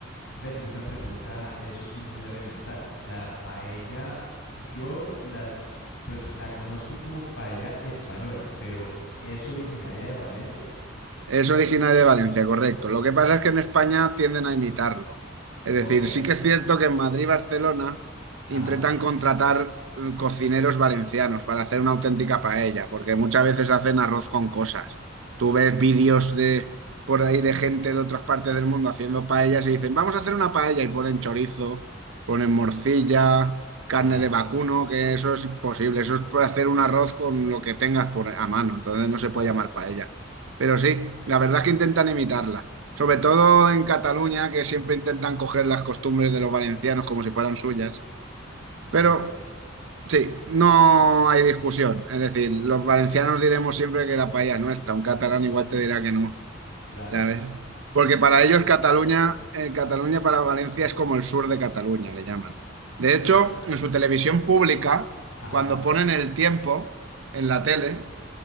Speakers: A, on the left; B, on the right.
A: Ven, y una pregunta, eso sí, muy elemental. La paella, yo las, pues la conozco como paella española, pero ¿es originaria de Valencia?
B: Es originario de Valencia, correcto. Lo
A: Ok.
B: que pasa es que en España tienden a imitarlo. Es decir,
A: Ok.
B: sí que es cierto que en Madrid y Barcelona
A: Ajá.
B: intentan contratar eh, cocineros valencianos para hacer una auténtica paella, porque muchas veces hacen arroz con cosas. Tú ves vídeos de por ahí de gente de otras partes del mundo haciendo paellas y dicen, vamos a hacer una paella y ponen chorizo, ponen morcilla, carne
A: Ajá.
B: de vacuno, que eso es imposible. Eso es para hacer un arroz con lo que tengas por, a mano. Entonces no se
A: Claro.
B: puede llamar paella. Pero sí, la verdad es que intentan imitarla. Sobre todo en Cataluña, que siempre intentan coger las costumbres de los valencianos como si fueran suyas.
A: No
B: Pero
A: me digas.
B: sí, no hay discusión. Es decir, los valencianos diremos siempre que la paella es nuestra. Un catalán igual te dirá que no,
A: Claro.
B: ¿sabes? Porque para ellos Cataluña, eh, Cataluña para Valencia es como el sur de Cataluña, le llaman. De
A: Ah.
B: hecho, en su televisión pública,
A: Ajá.
B: cuando ponen el tiempo en la tele,